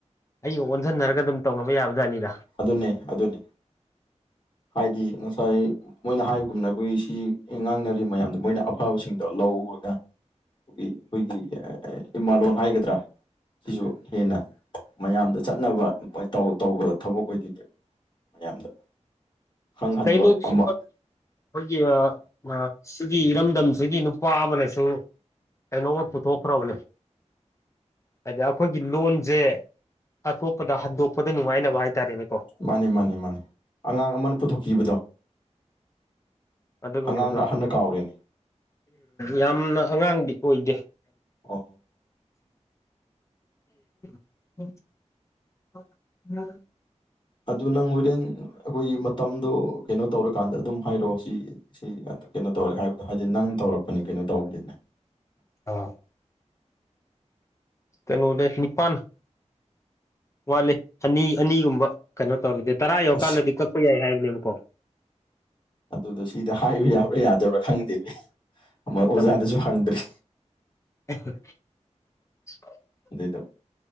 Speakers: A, on the left; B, on the left.
A: ꯑꯩꯒ ꯑꯣꯟꯖꯟꯅꯔꯒ ꯑꯗꯨꯝ ꯇꯧꯅꯕ ꯌꯥꯕꯖꯥꯠꯅꯤꯗ
B: ꯑꯗꯨꯅꯦ ꯑꯗꯨꯅꯦ ꯍꯥꯏꯗꯤ ꯉꯁꯥꯏ ꯃꯣꯏꯅ ꯍꯥꯏꯕꯒꯨꯝꯅ ꯑꯩꯈꯣꯏꯒꯤ ꯁꯤ ꯉꯥꯡꯅꯔꯤꯕ ꯃꯌꯥꯝꯗꯣ ꯃꯣꯏꯅ ꯑꯐꯕꯁꯤꯡꯗꯣ ꯂꯧꯔꯒ ꯑꯩꯈꫭꯏꯒꯤ ꯑꯩꯈꯣꯏꯒꯤ ꯏꯃꯥꯂꯣꯟ ꯍꯥꯏꯒꯗ꯭ꯔꯥ ꯁꯤꯁꯨ ꯍꯦꯟꯅ ꯃꯌꯥꯝꯗ ꯆꯠꯅꯕ ꯇꯧꯕ ꯊꯕꯛ ꯑꯣꯏꯗꯣꯏꯅꯦꯕ ꯃꯌꯥꯝꯗ ꯈꯪꯍꯟꯕ
A: ꯀꯩꯅ <unintelligible> ꯑꯩꯈꯣꯏꯒꯤ
B: ꯑꯃ
A: ꯑ ꯁꯤꯒꯤ ꯏꯔꯝꯗꯝꯁꯤꯒꯤ ꯅꯨꯄꯥ ꯑꯃꯅꯁꯨ ꯀꯩꯅꯣꯃ ꯄꯨꯊꯣꯛꯈ꯭ꯔꯕꯅꯦ ꯍꯥꯏꯗꯤ ꯑꯩꯈꯣꯏꯒꯤ ꯂꯣꯟꯖꯦ ꯑꯇꯣꯞꯄꯗ ꯍꯟꯗꯣꯛꯄꯗ ꯅꯨꯡꯉꯥꯏꯅꯕ ꯍꯥꯏꯇꯥꯔꯦꯅꯦꯀꯣ
B: ꯃꯥꯅꯤ ꯃꯥꯅꯤ ꯃꯥꯅꯤ ꯑꯉꯥꯡ ꯑꯃꯅ ꯄꯨꯊꯣꯛꯈꯤꯕꯗꯣ
A: ꯑꯗꯨꯒꯨꯝꯕꯗꯣ
B: ꯑꯉꯥꯡꯅ ꯑꯍꯟꯅ ꯀꯥꯎꯔꯦꯅꯦ
A: ꯌꯥꯝꯅ ꯑꯉꯥꯡꯗꯤ ꯑꯣꯏꯗꯦ
B: ꯑꯣ
A: <unintelligible> <unintelligible>
B: ꯑꯗꯨ ꯅꯪ ꯍꯣꯔꯦꯟ ꯑꯩꯈꯣꯏꯒꯤ ꯃꯇꯝꯗꯣ ꯀꯩꯅꯣ ꯇꯧꯔꯀꯥꯟꯗ ꯑꯗꯨꯝ ꯍꯥꯏꯔꯛꯑꯣ ꯁꯤ ꯁꯤ ꯀꯩꯅꯣ ꯇꯧꯋꯩ ꯍꯥꯏꯕꯗꯣ ꯍꯥꯏꯗꯤ ꯅꯪ ꯇꯧꯔꯛꯄꯅꯤ ꯀꯩꯅꯣ ꯇꯧꯕꯅꯤꯅꯦ
A: ꯑꯥ ꯀꯩꯅꯣꯗꯩ ꯅꯤꯄꯥꯟ ꯋꯥꯠꯂꯤ ꯑꯅꯤ ꯑꯅꯤꯒꯨꯝꯕ ꯀꯩꯅꯣ ꯇꯧꯔꯗꯤ ꯇꯔꯥ ꯌꯧꯔꯀꯥꯟꯗꯗꯤ
B: ꯑꯁ
A: ꯀꯛꯄ ꯌꯥꯏ ꯍꯥꯏꯕꯅꯦꯕꯀꯣ
B: ꯑꯗꯨꯗꯣ ꯁꯤꯗ ꯍꯥꯏꯕ ꯌꯥꯕ꯭ꯔꯥ ꯌꯥꯗꯕ꯭ꯔꯥ ꯈꯪꯗꯦꯅꯦ ꯑꯃ ꯑꯣꯖꯥꯗꯁꯨ
A: ꯑ
B: ꯍꯪꯗ꯭ꯔꯤ
A: <unintelligible>
B: ꯑꯗꯨꯏꯗꯣ